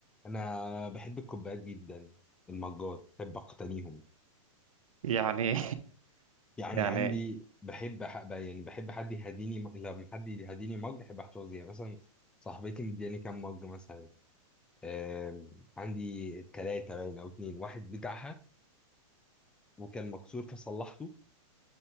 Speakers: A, in the centre; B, on the right.
A: انا بحب الكوبايات جدا المجات بحب اقتنيهم
B: يعني
A: يعني
B: <laughs> يعني
A: عندي بحب أح- يعني بحب حد يهديني م- لما حد يهديني مج بحب احتفظ يعني مثلا صاحبتي مدياني كام مج مثلا آم، عندي ثلاثة باين او اتنين واحد بتاعها وكان مكسور فصلحته